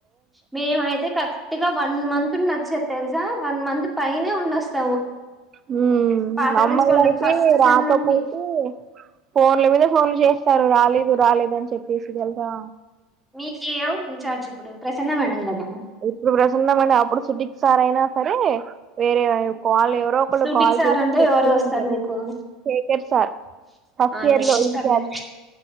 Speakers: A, in the centre; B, on the right.
A: మేమయితే కరెక్ట్ గా వన్ మంత్ ఉండొచ్చ తెలుసా వన్ మంత్ పైనే ఉండొస్తాము.
B: హ
A: పాత
B: మామ్మల్
A: ప్రిన్సిపాల్ ఉన్నప్పుడు
B: అయితే
A: ఫస్ట్
B: రాక
A: సెమ్ నుండి
B: పోతే ఫోన్ల మీద ఫోన్లు చేస్తారు రాలేదు రాలేదు అని చెప్పేసి తెలుసా
A: మీకేవరు ఇన్ఛార్జ్ ఇప్పుడు ప్రసన్న మేడం కదా
B: ఇప్పుడు ప్రసన్న మేడం అప్ ఫుడిక్ సారయినా సరే వేరే వాల్ ఎవరో ఒకళ్రు
A: సూటికి
B: కాల్
A: సార్
B: చేసి
A: అంటే
B: చెప్తూ
A: ఎవరో వస్తారు
B: ఉంటారు
A: మీకు
B: శేఖర్ సార్ ఫస్ట్
A: ఆయన
B: ఇయర్ లో
A: చేస్తారులే
B: ఇంచార్జ్